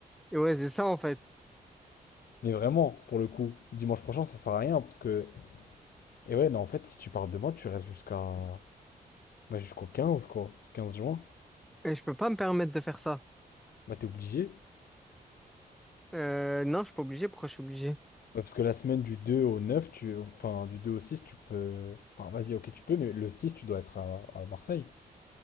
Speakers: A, in the centre; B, on the left (about 80°).
A: Et ouais, c'est ça en fait.
B: Mais vraiment, pour le coup, dimanche prochain, ça sert à rien parce que. Et ouais, non, en fait, si tu pars demain, tu restes jusqu'à. Bah, jusqu'au 15, quoi. 15 juin.
A: Et je peux pas me permettre de faire ça.
B: Bah, t'es obligé.
A: Euh, non, je suis pas obligé. Pourquoi je suis obligé?
B: Ouais, parce que la semaine du 2 au 9, tu. Enfin, du 2 au 6, tu peux. Enfin, vas-y, ok, tu peux, mais le 6, tu dois être à, à Marseille.